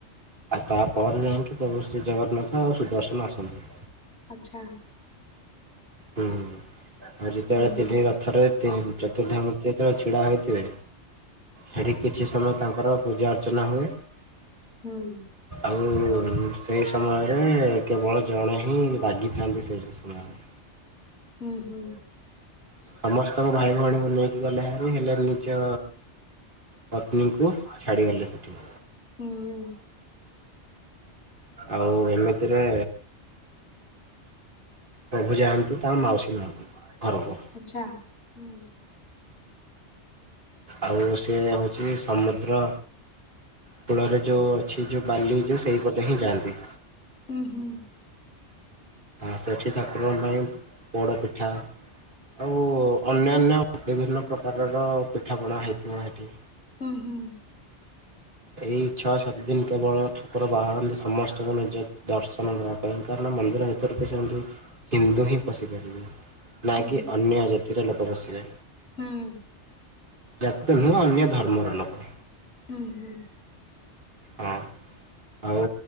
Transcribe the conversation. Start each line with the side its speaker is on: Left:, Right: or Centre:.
Right: ଆଉ ତାପରେ ଯାଇକି ପ୍ରଭୁ ଶ୍ରୀ ଜଗନ୍ନାଥ ଆଉ ସୁଦର୍ଶନ ଆସନ୍ତି।
Left: ଆଚ୍ଛା।
Right: ହୁଁ। ଆଉ ଯେତେବେଳେ
Left: ହୁଁ
Right: ତିନି
Left: ହୁଁ
Right: ରଥରେ ତି ଚତୁର୍ଦ୍ଧାମୂର୍ତ୍ତି ଯେତେବେଳେ ଛିଡାହେଇଥିବେ ହେଠି କିଛି ସମୟ ତାଙ୍କର ପୂଜା ଅର୍ଚ୍ଚନା ହୁଏ।
Left: ହୁଁ।
Right: <unintelligible> ସେଇ ସମୟରେ କେବଳ ଜଣେ ହିଁ ରାଗିଥାନ୍ତି ସେଇ ସମୟରେ।
Left: ଉଁ ହୁଁ।
Right: ସମସ୍ତଙ୍କୁ ଭାଇ ଭଉଣୀଙ୍କୁ ନେଇକି ଗଲେ ହାରି ହେଲେ ନିଜ ପତ୍ନୀଙ୍କୁ ଛାଡ଼ି ଗଲେ ସେଠି।
Left: ହୁଁ ହୁଁ
Right: ଆଉ ଏମିତିରେ ପ୍ରଭୁ ଯାଆନ୍ତି ତାଙ୍କ ମାଉସୀ ମାଙ୍କ ଘରକୁ।
Left: ଆଚ୍ଛା ହୁଁ।
Right: ଆଉ ସେ ହଉଛି ସମୁଦ୍ର କୂଳରେ ଯୋଉ ଅଛି ଯୋଉ ବାଲି ଯୋଉ ସେଇପଟେ ହିଁ ଯାଆନ୍ତି।
Left: ହୁଁ ହୁଁ।
Right: ଆ ସେଠି ଠାକୁରଙ୍କ ପାଇଁ ପୋଡ଼ପିଠା ଆଉ ଅନ୍ୟାନ୍ୟ ବିଭିନ୍ନ ପ୍ରକାରର ପିଠାପଣା ହେଇଥିବ ହେଠି।
Left: ଉଁ ହୁଁ।
Right: ଏଇ ଛଅ ସାତ ଦିନ କେବଳ ଠାକୁର ବାହାରନ୍ତି ସମସ୍ତଙ୍କୁ ନିଜ ଦର୍ଶନ ଦେବା ପାଇଁ। କାରଣ ମନ୍ଦିର ଭିତରକୁ ସେମତି ହିନ୍ଦୁ ହିଁ ପଶିପାରିବେ। ନାକି
Left: ହୁଁ ହୁଁ ହୁଁ
Right: ଅନ୍ୟ ଜାତିର ଲୋକ ପସିବେ।
Left: ହୁଁ
Right: ଜାତି ତ ନୁହଁ ଅନ୍ୟ ଧର୍ମର ଲୋକ।
Left: ହୁଁ ହୁଁ।
Right: ହଁ। ଆଉ